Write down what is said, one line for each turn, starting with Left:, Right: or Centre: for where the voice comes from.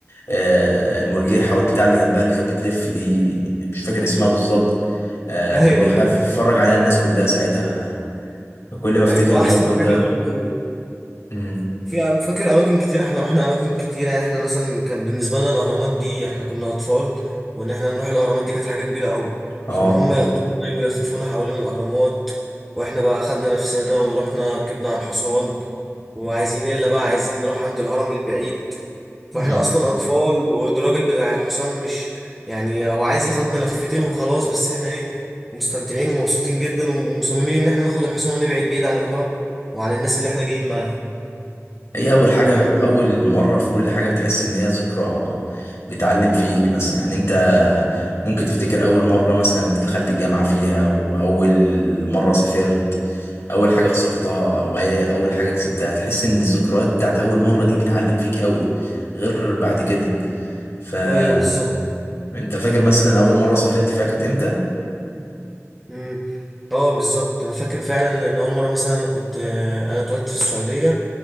Left: آه المرجحه والبتاع اللي جنبها اللي كانت بتلف دي مش فاكر اسمها بالظبط آه
Centre: <laughs>
Left: كان
Centre: ايوه
Left: بيخاف
Centre: ايوه
Left: اتفرج عليها الناس كلها ساعتها كل ما افتكر
Centre: ايوه واحسن
Left: الموقف ده
Centre: حاجه برضو
Left: مم.
Centre: في أم- فاكر اماكن كتير احنا رحنا اماكن كتير يعني احنا مثلا كان بالنسبه لنا الاهرامات دي احنا كنا اطفال وان احنا نروح الاهرامات دي كانت حاجه كبيره قوي
Left: اه
Centre: فان هم ياخدونا ويلففونا حوالين الاهرامات واحنا بقى اخدنا نفسنا ورحنا ركبنا على الحصان وعايزين الا بقى عايزين نروح عند الهرم البعيد فاحنا
Left: مم.
Centre: اصلا اطفال والراجل بتاع الحصان مش يعني هو عايز ياخدنا لفتين وخلاص بس احنا ايه مستمتعين ومبسوطين جدا ومصممين ان احنا ناخد الحصان ونبعد بعيد عن الهرم وعن الناس اللي احنا جايين معاهم
Left: هي أول حاجة أول مرة في كل حاجة بتحس إن هي ذكرى بتعلم فيك مثلا يعني أنت ممكن تفتكر أول مرة مثلا أنت دخلت الجامعة فيها وأول مرة سافرت أول حاجة خسرتها أو أي أول حاجة كسبتها تحس إن الذكريات بتاعت أول مرة دي بتعلم فيك قوي غير بعد كده فأنت
Centre: ايوه بالظبط
Left: فاكر مثلا أول مرة سافرت فيها كانت إمتى؟
Centre: امم اه بالظبط انا فاكر فعلا ان اول مره مثلا انا كنت آه، انا اتولدت في السعوديه